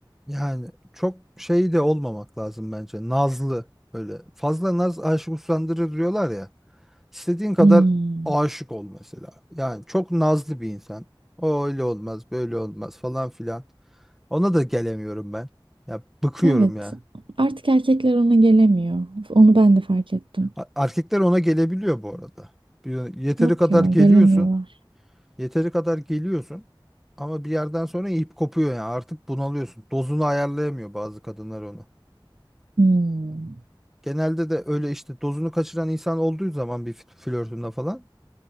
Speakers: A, in the centre; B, on the right.
A: Yani çok şey de olmamak lazım bence. Nazlı böyle. Fazla naz aşık usandırır diyorlar ya. İstediğin kadar
B: Hmm.
A: aşık ol mesela. Yani çok nazlı bir insan. O öyle olmaz, böyle olmaz falan filan. Ona da gelemiyorum ben. Ya bıkıyorum
B: Evet.
A: ya.
B: Artık erkekler ona gelemiyor. Onu ben de fark ettim.
A: A- Erkekler ona gelebiliyor bu arada. Bir- Yeteri
B: Yok
A: kadar
B: ya,
A: geliyorsun.
B: gelemiyorlar.
A: Yeteri kadar geliyorsun. Ama bir yerden sonra ip kopuyor yani. Artık bunalıyorsun. Dozunu ayarlayamıyor bazı kadınlar onu.
B: Hmm.
A: Genelde de öyle işte dozunu kaçıran insan olduğu zaman bir flörtünde falan